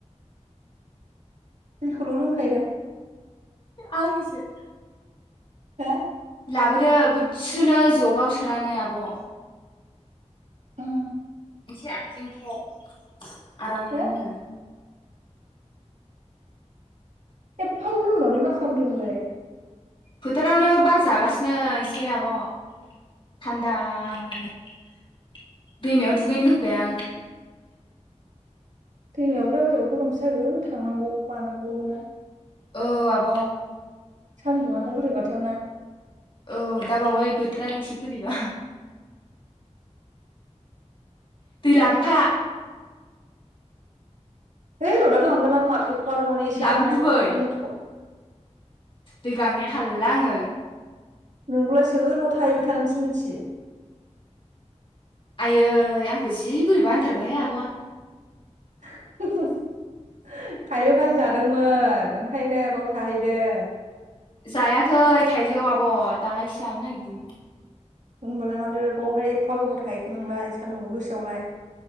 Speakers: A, on the right (about 80°); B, on the left (about 45°).
A: दैखौल लोंखायोदा
B: आंनिसो <inaudible>
A: हो
B: लाबोदो गुसुनो जगाव सोनानै आब <inaudible>
A: उम
B: एसे आइजेंफ्राव आरामनो
A: हो एफा गरमावलाय मा खालामदोंलाय
B: फोथारावनो बार जागासिनो एसे आब <unintelligible> <unintelligible> दैमायाव दुगैनो लुबैबाय आं <unintelligible>
A: दैमायावबो दा बायदियाव गरमसो जागोन थांनांगौ मानांगौ नो
B: औ आब
A: सान्दुंङानो बोरैबाथारना
B: औ दा बावै बोथोरानो एसे बोरैबा दै लाबोफा
A: <unintelligible> बारा माने एसे
B: लाबो
A: गांनायखौ
B: गुबै
A: दोनथ'।
B: दै गांनाया हालला आङो।
A: नोंगौलाय सोर बाव थाहैबाय थानो थिन्दों सि-
B: आयै आंखौ जि बोरै बा होनथारबायहाय आब'आ।
A: <unintelligible> <unintelligible> जादोंमोन ओंखायनो बाव थाहैदों।
B: जायाखै थाइजौ आब' दाहायसो जानो नागिरदोंमोन।
A: होनबालाय माथो बावहाय एफा गोबाव थायोखो नोंलाय सान्दुंबो गोसोआवलाय।